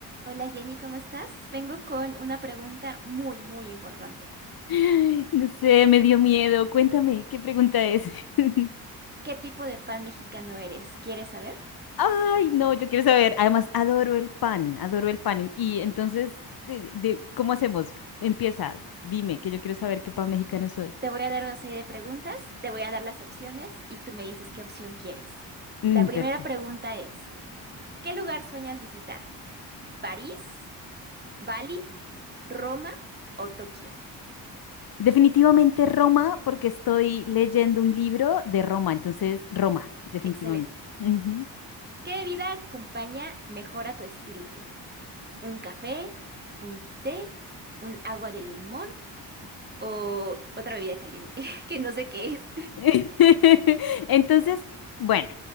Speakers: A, on the right; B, on the left.
A: Hola Jenny, ¿cómo estás? Vengo con una pregunta muy, muy importante.
B: <laughs> Ay, No sé, me dio miedo. Cuéntame, ¿qué pregunta es? <laughs>
A: ¿Qué tipo de pan mexicano eres? ¿Quieres saber?
B: Ay, no, yo quiero saber. Además, adoro el pan, adoro el pan. Y entonces, de, de- ¿cómo hacemos? Empieza, dime, que yo quiero saber qué pan mexicano soy.
A: Te voy a dar una serie de preguntas, te voy a dar las opciones y tú me dices qué opción quieres.
B: Mm,
A: La primera
B: perfecto.
A: pregunta es, ¿qué lugar sueñas visitar? ¿París? ¿Bali? ¿Roma o Tokio?
B: Definitivamente Roma, porque estoy leyendo un libro de Roma, entonces Roma, definitivamente.
A: Excelente.
B: Ujú.
A: ¿Qué bebida acompaña mejor a tu espíritu? ¿Un café? ¿Un té? ¿Un agua de limón? ¿O otra bebida caliente? <laughs> Que no sé qué es.
B: <laughs> Entonces, bueno,